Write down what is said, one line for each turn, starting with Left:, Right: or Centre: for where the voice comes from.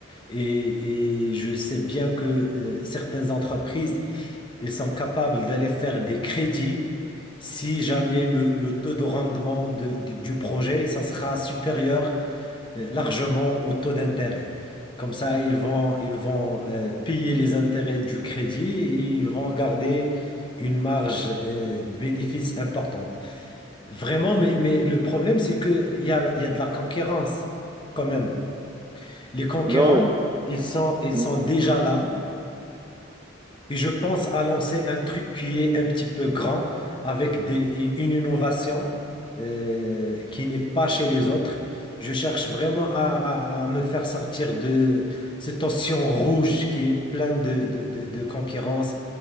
Left: et, et je sais bien que euh, certaines entreprises, ils sont capables d'aller faire des crédits si jamais le, le taux de rendement de- de- du projet, ça sera supérieur euh, largement au taux d'intérêt. Comme ça, ils vont, ils vont euh, payer les intérêts du crédit et ils vont garder une marge euh, de bénéfice importante. Vraiment, mais, mais le problème, c'est qu'il y a, il y a de la concurrence quand même. Les concurrents,
Right: Non, mais
Left: ils sont, ils
Right: c'est-
Left: sont déjà là. Et je pense à lancer un truc qui est un petit peu grand, avec des, une innovation euh, qui n'est pas chez les autres. Je cherche vraiment à, à- à me faire sortir de cet océan rouge qui est plein de, de, de- de concurrence